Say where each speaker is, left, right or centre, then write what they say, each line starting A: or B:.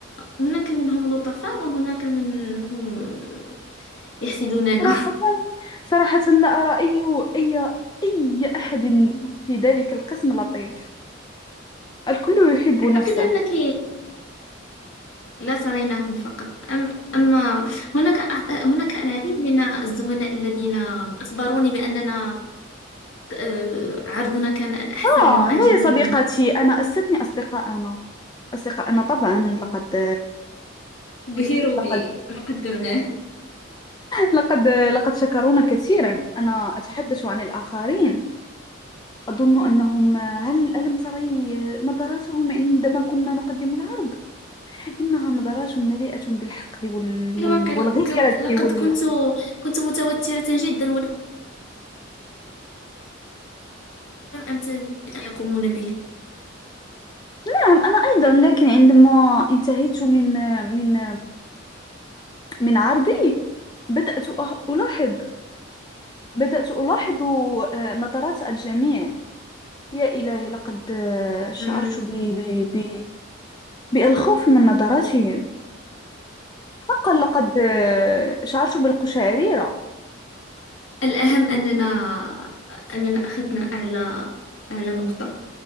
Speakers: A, on the left; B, on the left.
A: هناك منهم لطفاء وهناك منهم يحسدوننا
B: صراحة صراحة لا أرى أي أي أي أحد في ذلك القسم لطيف الكل يحب
A: <laughs> أعتقد
B: نفسه
A: أنك لا تريناهم فقط أم أما هناك هناك العديد من الزملاء الذين أخبروني بأننا آه، عرضنا كان الأحسن
B: آه
A: وأعجبهم
B: لا يا صديقتي أنا أستثني أصدقاءنا أصدقاءنا طبعا لقد
A: بهروا
B: لقد
A: بما قدمناه
B: لقد لقد شكرونا كثيرا أنا أتحدث عن الآخرين أظن أنهم هل ألم تري نظراتهم عندما كنا نقدم العرض إنها نظرات مليئة بالحقد وال...
A: في
B: وال...
A: الواقع
B: والغيرة
A: لقد لقد
B: وال...
A: كنت كنت متوترة جدا ولم أنتبه أن يقومون به
B: نعم أنا أيضا لكن عندما انتهيت من من من عرضي بدأت أه- ألاحظ بدأت ألاحظ آه، نظرات الجميع يا إلهي لقد آه، شعرت
A: نعم
B: ب... ب... ب... بالخوف من نظراتهم حقا لقد آه، شعرت بالقشعريرة
A: الأهم أننا أننا أخذنا أعلى أعلى نقطة